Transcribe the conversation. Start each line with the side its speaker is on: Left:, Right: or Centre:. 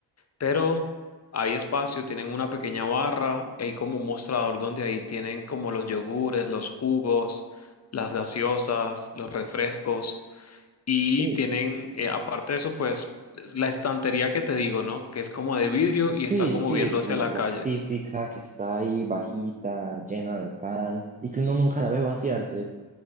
Left: pero hay espacio, tienen una pequeña barra, hay como un mostrador donde ahí tienen como los yogures, los jugos, las gaseosas, los refrescos. Y
Right: ok.
Left: tienen, eh, aparte de eso, pues la estantería que te digo, ¿no? Que es como de vidrio y
Right: Sí,
Left: está como
Right: sí,
Left: viendo
Right: la,
Left: hacia
Right: la,
Left: la
Right: la
Left: calle.
Right: típica que está ahí bajita, llena de pan y que uno nunca la ve vaciarse.